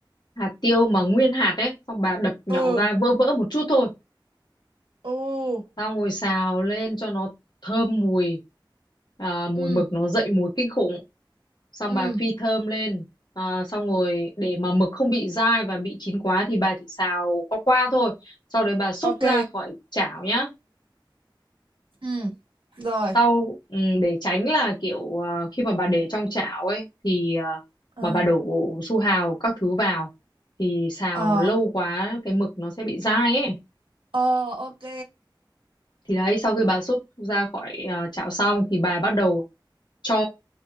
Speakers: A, on the left (about 60°); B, on the right (about 75°).
A: hạt tiêu mà nguyên hạt ấy xong bà đập nhỏ
B: Ừ.
A: ra vỡ vỡ một chút thôi
B: Ừ.
A: tao ngồi xào lên cho nó thơm mùi à, mùi
B: Ừ.
A: mực nó dậy mùi kinh khủng xong
B: Ừ.
A: bà phi thơm lên à, xong rồi để mà mực không bị dai và bị chín quá thì bà chỉ xào qua qua thôi sau đấy bà xúc
B: Ok.
A: ra khỏi chảo nhá
B: Ừ. Rồi.
A: sau ừ, để tránh là kiểu à, khi mà bà để trong chảo ấy thì à,
B: Ờ.
A: mà bà đổ su hào các thứ vào thì xào
B: Ờ.
A: lâu quá cái mực nó sẽ bị dai ấy
B: Ờ ok.
A: thì đấy sau khi bà xúc ra khỏi à, chảo xong thì bà bắt đầu cho